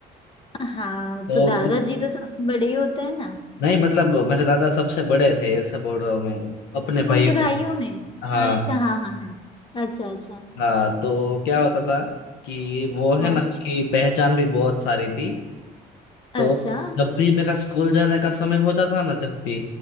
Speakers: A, on the left (about 30°); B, on the left (about 80°).
A: हाँ
B: तो
A: तो दादाजी तो सबसे बड़े ही होते हैं ना
B: नहीं मतलब मेरे दादा सबसे बड़े थे ऐसा बोल रहा हूँ मैं अपने भाइयों
A: उनके भाइयों
B: में
A: में
B: हाँ
A: अच्छा हाँ हाँ हाँ अच्छा अच्छा
B: हाँ तो क्या होता था कि वो
A: हाँ
B: है ना उसकी पहचान भी बहुत सारी थी तो
A: अच्छा
B: जब भी मेरा स्कूल जाने का समय होता था ना जब भी